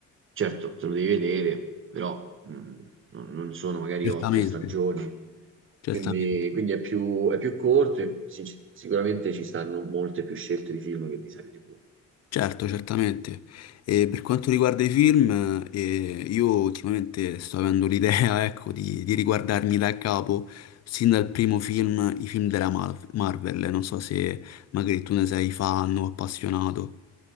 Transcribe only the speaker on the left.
certamente,
certamente,
certo, certamente. E per quanto riguarda i film, eh, io ultimamente sto avendo l'idea, <laughs> ecco, di, di riguardarmi da capo, sin dal primo film, i film della Mar- Marvel. Non so se magari tu ne sei fan o appassionato.